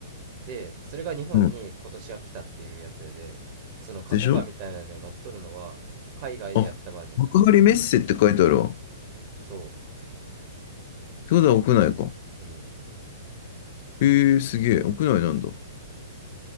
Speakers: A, on the right (about 40°); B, on the left (about 45°).
A: でそれが日本に今年は来たっていうやつやでその過去画みたいなんで乗っとるのは海外でやったバージョンね
B: うん。でしょあ、幕張メッセって書いてあるわ。っ
A: そ
B: てことは屋内か。
A: ううん
B: へえ、すげえ。屋内なんだ。